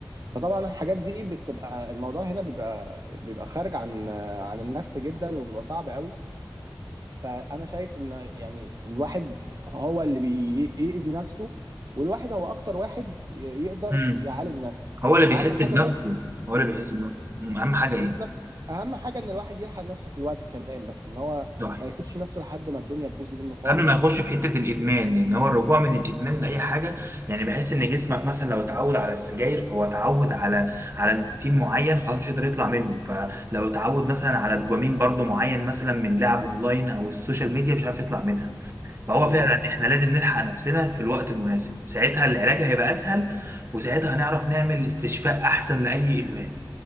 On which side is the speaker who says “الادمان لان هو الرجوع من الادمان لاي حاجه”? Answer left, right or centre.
Right